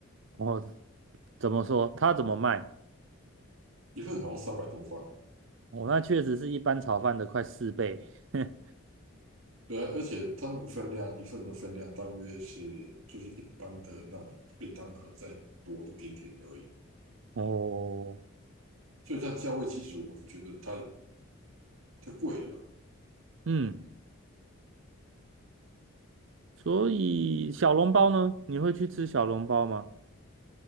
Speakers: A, on the right; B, on the right.
A: 哦，怎么说？他怎么卖？
B: 一份好像三百多块。
A: 哦，那确实是一般炒饭的快四倍。<laughs>
B: 对啊，而且它那个分量，一份的分量大约是就是一般的那种便当盒再多一点点而已，
A: 哦，
B: 所以它价位其实我是觉得太太贵了。
A: 嗯，所以小笼包呢？你会去吃小笼包吗？